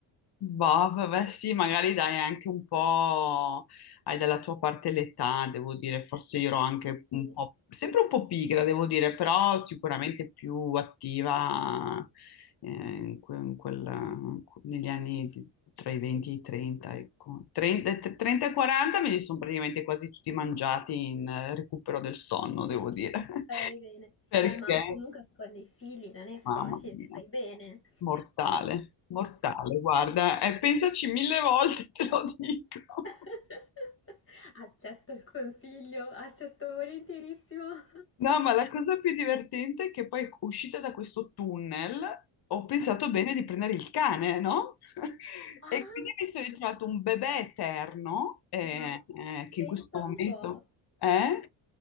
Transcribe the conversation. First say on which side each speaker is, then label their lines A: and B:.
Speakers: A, on the left; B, on the left.
A: Boh, vabbè, sì, magari dai anche un po', hai dalla tua parte l'età, devo dire, forse io ero anche
B: Quindi
A: un po', sempre un po' pigra, devo dire, però sicuramente più attiva eh, in que- in quel- negli anni di- tra i 20 e i 30, ecco. 30, e 30 e 40 me li sono praticamente quasi tutti mangiati in eh, recupero del sonno, devo dire, <laughs>
B: Fai bene.
A: perché,
B: Eh, ma comunque con dei figli non è facile,
A: mamma mia.
B: fai bene.
A: Mortale, mortale, guarda, eh, pensaci mille volte, <laughs> te lo dico.
B: <laughs> Accetto il consiglio, accetto volentierissimo. <laughs>
A: No, ma la cosa più divertente è che poi uscita da questo tunnel ho pensato bene di prendere il cane, no? <laughs>
B: Ah,
A: E quindi mi sono ritrovato un bebè eterno, eh,
B: ma
A: eh, che
B: pensa
A: in questo momento
B: un po'.
A: è...